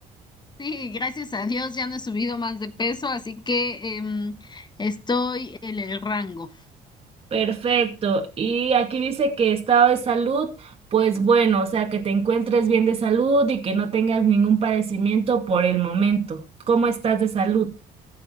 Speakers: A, on the left; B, on the right.
A: Sí, gracias a Dios ya no he subido más de peso, así que em, estoy en el rango.
B: Perfecto. Y aquí dice que estado de salud, pues bueno, o sea, que te encuentres bien de salud y que no tengas ningún padecimiento por el momento. ¿Cómo estás de salud?